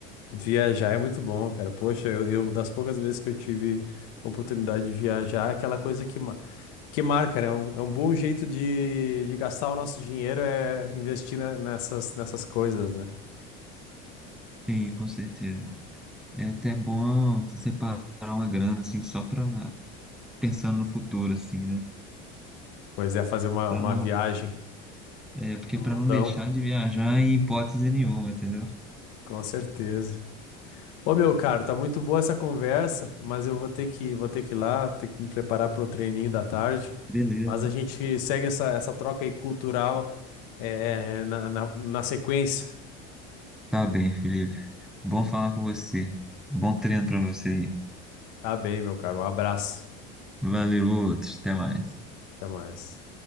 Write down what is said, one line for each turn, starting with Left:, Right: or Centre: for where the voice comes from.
Left: Viajar é muito bom, cara. Poxa, eu, eu- das poucas vezes que eu tive oportunidade de viajar, aquela coisa que, ma- que marca, né? É um, é um bom jeito de, de gastar o nosso dinheiro é investir ne- nessas, nessas coisas, né?
Centre: Sim, com certeza. É até bom separar uma grana, assim, só para pensando no futuro, assim, né?
Left: Pois é, fazer uma,
Centre: Para
Left: uma
Centre: não,
Left: viagem
Centre: é, porque
Left: no
Centre: para
Left: mundão,
Centre: não deixar de viajar em hipótese nenhuma, entendeu?
Left: com certeza. Ô, meu caro, tá muito boa essa conversa, mas eu vou ter que, vou ter que ir lá, ter que me preparar para o treininho da tarde.
Centre: Beleza.
Left: Mas a gente segue essa, essa troca aí cultural é, na, na na sequência.
Centre: Tá bem, Felipe. Bom falar com você. Bom treino para você aí.
Left: Tá bem, meu caro. Um abraço.
Centre: Valeu, outros. Até mais.
Left: Até mais.